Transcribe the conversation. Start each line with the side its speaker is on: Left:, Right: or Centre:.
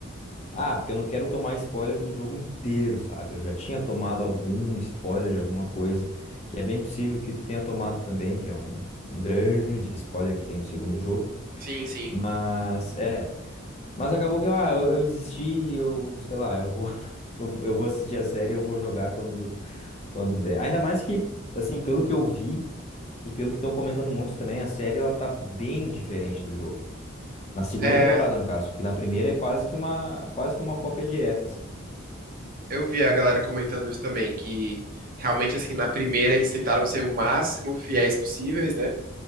Left: Ah, porque eu não quero tomar spoiler do jogo inteiro, sabe? Eu já tinha tomado algum spoiler de alguma coisa, que é bem possível que tu tenha tomado também, que é um, um grande spoiler que tem do segundo jogo.
Right: sim, sim.
Left: Mas, é. Mas acabou que ah, eu, eu desisti, e eu, sei lá, eu vou, <laughs> eu, vou- eu vou assistir a série, eu vou jogar quando, quando der. Ainda mais que, assim, pelo que eu vi e pelo que estão comentando muito também, a série ela tá bem diferente do jogo. Na segunda
Right: É,
Left: temporada, no caso, que na primeira é quase que uma, quase que uma cópia direta, assim.
Right: eu vi a galera comentando isso também, que realmente, assim, na primeira eles tentaram ser o máximo fiéis possíveis, né?